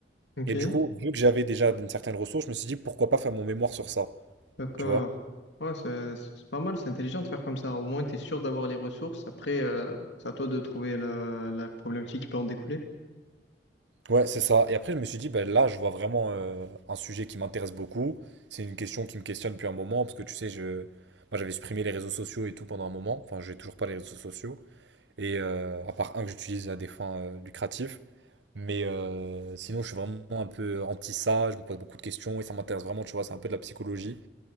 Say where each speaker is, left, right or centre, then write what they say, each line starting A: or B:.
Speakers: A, on the left; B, on the right.
A: Ok.
B: Et du coup, vu que j'avais déjà une certaine ressource, je me suis dit, pourquoi pas faire mon mémoire sur ça?
A: D'accord.
B: Tu vois?
A: Ouais, c'est c'est- pas mal, c'est intelligent de faire comme ça. Au moins, tu es sûr d'avoir les ressources. Après, euh, c'est à toi de trouver la, la problématique qui peut en découler.
B: Ouais, c'est ça. Et après, je me suis dit, bah, là, je vois vraiment euh, un sujet qui m'intéresse beaucoup. C'est une question qui me questionne depuis un moment. Parce que tu sais, je... moi, j'avais supprimé les réseaux sociaux et tout pendant un moment. Enfin, j'ai toujours pas les réseaux sociaux. Et euh, à part un que j'utilise à des fins euh, lucratives. Mais euh, sinon, je suis vraiment un peu anti ça. Je me pose beaucoup de questions et ça m'intéresse vraiment. Tu vois, c'est un peu de la psychologie.